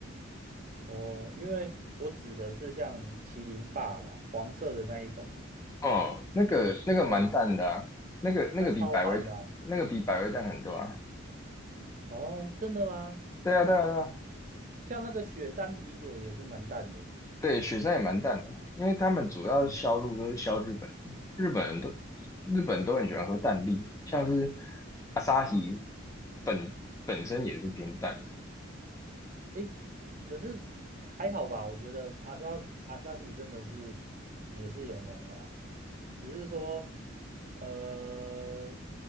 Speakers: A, on the right; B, on the left.
A: 哦，因为我指的是像麒麟霸啦，黄色的那一种。
B: 哦，那个那个蛮淡的啊，
A: 哦，
B: 那个那个比百威那个比百威淡很多啊。
A: 那超淡的啊哦，真的吗？
B: 对啊，对啊，对啊，
A: 像那个雪山啤酒也是蛮淡的耶
B: 对，雪山也蛮淡的，因为他们主要销路都是销日本，
A: 嗯，
B: 日本人都日本都很喜欢喝淡力，像是阿萨奇本本身也是偏淡的。
A: 诶，可是还好吧，我觉得阿萨阿萨希真的是也是有浓啦，只是说，呃，